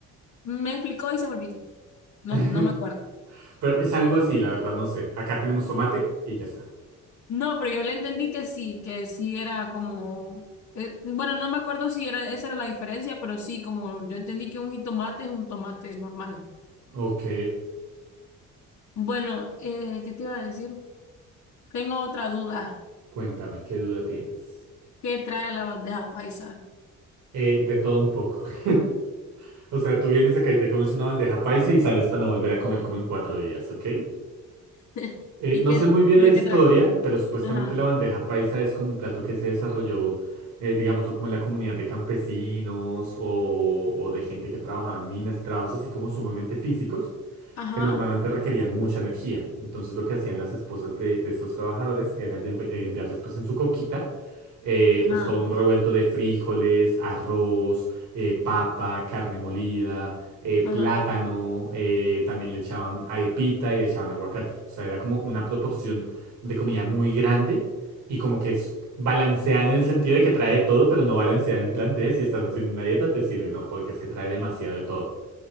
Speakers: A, on the left (about 65°); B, on the right (about 80°).
A: Me explicó y se me olvidó. No,
B: <laughs>
A: no me acuerdo.
B: Pero es algo así, la verdad, no sé. Acá tenemos tomate y ya está.
A: No, pero yo le entendí que sí, que sí era como... eh, bueno, no me acuerdo si era, esa era la diferencia, pero sí, como yo entendí que un jitomate es un tomate normal.
B: Ok,
A: Bueno, eh, ¿qué te iba a decir? Tengo otra duda.
B: cuéntame, ¿qué duda tienes?
A: ¿Qué trae la bandeja paisa?
B: Eh, de todo un poco. <laughs> O sea, tú vienes acá y te comes una bandeja paisa y sales para no volver a comer como en cuatro días, ¿ok?
A: <laughs>
B: Eh,
A: ¿Y
B: no
A: qué,
B: sé muy bien
A: pero
B: la historia,
A: qué trae?
B: pero supuestamente
A: Ajá,
B: la bandeja paisa es como un plato que se desarrolló, eh, digámoslo, como en la comunidad de campesinos o, o de gente que trabajaba en minas, trabajos así como sumamente físicos
A: ajá,
B: que normalmente requerían mucha energía. Entonces lo que hacían las esposas de, de estos trabajadores era ya envi- eh, enviarles pues en su coquita eh,
A: ajá,
B: pues todo un revuelto de frijoles, arroz, eh, papa, carne molida, eh,
A: ajá,
B: plátano, eh, también le echaban arepita y le echaban aguacate. O sea, era como una proporción de comida muy grande y como que es balanceada en el sentido de que trae de todo, pero no balanceada en plan de si estás haciendo una dieta te sirve, no, porque es que trae demasiado de todo.